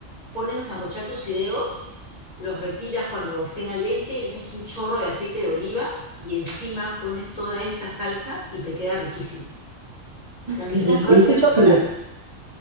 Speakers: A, on the left; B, on the right.
A: pones a sancochar tus fideos, los retiras cuando estén al dente, le echas un chorro de aceite de oliva y encima pones toda esta salsa y te queda riquísimo. También
B: Qué rico.
A: es rápido
B: Y escucho
A: de preparar.
B: que los